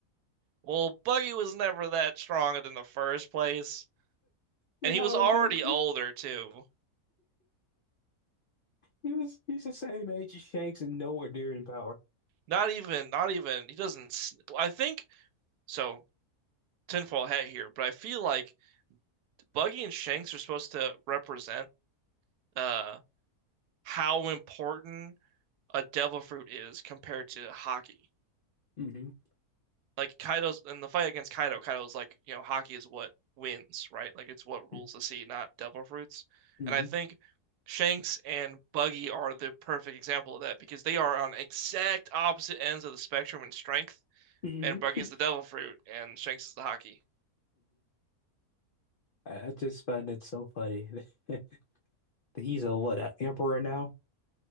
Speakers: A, on the right; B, on the left.
A: Well, Buggy was never that strong in the first place,
B: And
A: and he
B: How
A: was already
B: is he?
A: older too.
B: He was he's the same age as Shanks and nowhere near in power.
A: Not even, not even. He doesn't. s- I think so. Tinfoil hat here, but I feel like Buggy and Shanks are supposed to represent uh how important a devil fruit is compared to hockey.
B: Mm-hmm.
A: Like Kaido's in the fight against Kaido, Kaido's like, you know, hockey is what wins, right? Like it's what rules
B: hmm
A: the sea, not devil fruits.
B: hmm
A: And I think Shanks and Buggy are the perfect example of that because they are on exact opposite ends of the spectrum in strength,
B: hmm
A: and Buggy's
B: <laughs>
A: the devil fruit and Shanks is the hockey.
B: I I just find it so funny. <laughs> that He's a what, an emperor now?